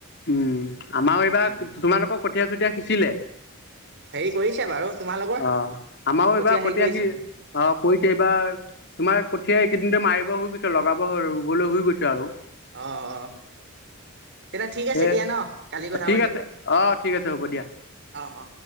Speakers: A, on the left; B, on the right.
A: উম আমাৰো এইবাৰ
B: উম।
A: তোমালোকক কঠীয়া চঠীয়া শিঁচিলে?
B: হেৰি কৰিছে বাৰু তোমালোকৰ
A: অ আমাৰও
B: কঠীয়া
A: এইবাৰ
B: হেৰি
A: কঠিয়া
B: কৰিছে
A: কি অ কৰিছে এইবাৰ তোমাৰ কঠীয়া এইকেইদিনতে মাৰিব হৈ গৈছে লগাব হৈ ৰুবলৈ হুই গৈছে আৰু।
B: অ অ। তেন্তে ঠিক আছে
A: এ
B: দিয়া ন কালি কথা
A: ঠিক
B: পাতিম
A: আছে অ', ঠিক আছে হ'ব দিয়া।
B: অ অ।